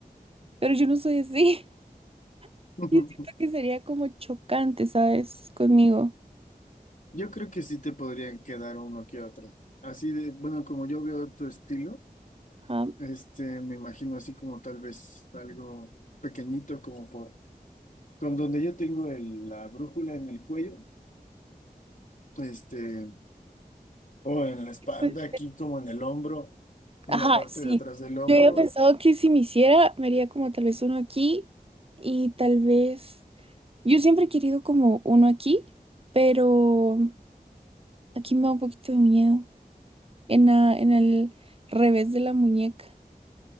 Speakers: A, on the right (about 40°); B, on the left (about 55°).
A: pero yo no soy así, <laughs>
B: <laughs>
A: yo siento que sería como chocante, ¿sabes? Conmigo.
B: Yo creo que sí te podrían quedar uno que otro. Así de, bueno, como yo veo tu estilo,
A: Ajá,
B: este, me imagino así como tal vez algo pequeñito, como por, con donde yo tengo el- la brújula en el cuello, este, o en la espalda,
A: pues,
B: aquí como en el hombro, en
A: ajá,
B: la parte
A: sí.
B: de atrás del hombro.
A: Yo había pensado que si me hiciera, me haría como tal vez uno aquí y tal vez... Yo siempre he querido como uno aquí, pero aquí me da un poquito de miedo. En, la- en el revés de la muñeca.